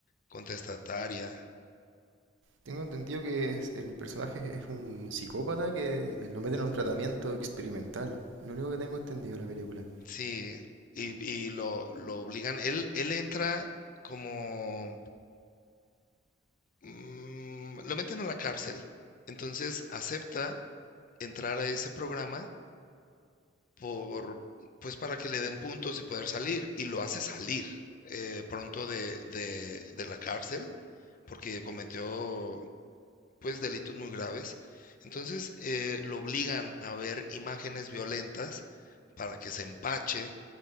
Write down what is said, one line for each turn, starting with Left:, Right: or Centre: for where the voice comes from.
Left: contestataria.
Right: Tengo entendido que es- el personaje es un psicópata que lo meten a un tratamiento experimental. Lo único que tengo entendido de la película.
Left: Sí, y, y lo, lo obligan, él, él entra como Mm, lo meten a la cárcel. Entonces acepta entrar a ese programa por, pues para que le den puntos y poder salir. Y lo hace salir eh, pronto de, de, de la cárcel porque cometió pues delitos muy graves. Entonces eh, lo obligan a ver imágenes violentas para que se empache,